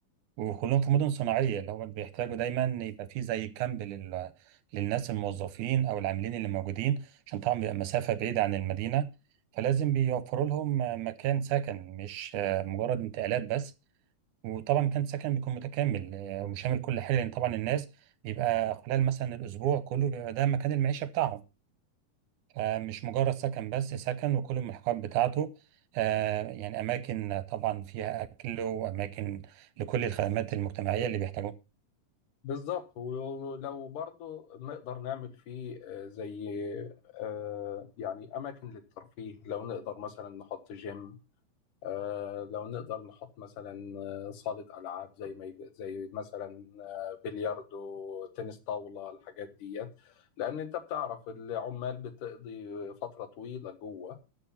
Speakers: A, on the right (about 75°); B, on the left (about 75°).
A: وكلهم في مدن صناعية اللي هم بيحتاجوا دايما يبقى في زي كامب لل... للناس الموظفين أو العاملين اللي موجودين عشان طبعا بيبقى مسافة بعيدة عن المدينة فلازم بيوفروا لهم آه، مكان سكن مش آه، مجرد انتقالات بس وطبعا مكان سكن بيكون متكامل آه، وشامل كل حاجة لأن طبعا الناس بيبقى خلال مثلا الأسبوع كله بيبقى ده مكان المعيشة بتاعهم فمش مجرد سكن بس سكن وكل الملحقات بتاعته آه، يعني أماكن طبعا فيها أكل وأماكن لكل الخدمات المجتمعية اللي بيحتاجوها
B: بالظبط ولو لو برضو نقدر نعمل فيه آه، زي آه، يعني أماكن للترفيه لو نقدر مثلا نحط جيم آه، لو نقدر نحط مثلا آه، صالة ألعاب زي ما يج- زي مثلا آه، بلياردو تنس طاولة الحاجات ديت لأن أنت بتعرف العمال بتقضي فترة طويلة جوه